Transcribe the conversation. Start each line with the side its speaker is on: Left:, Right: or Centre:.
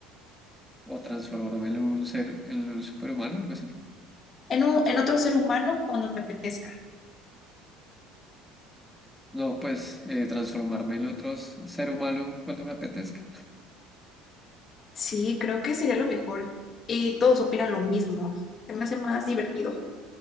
Centre: O transformarme en un ser, en un superhumano, algo así.
Left: en, u- en otro ser humano cuando te apetezca.
Centre: No, pues eh, transformarme en otro s- ser humano cuando me apetezca.
Left: Sí, creo que sería lo mejor. Y todos opinan lo mismo. Se me hace más divertido. <laughs>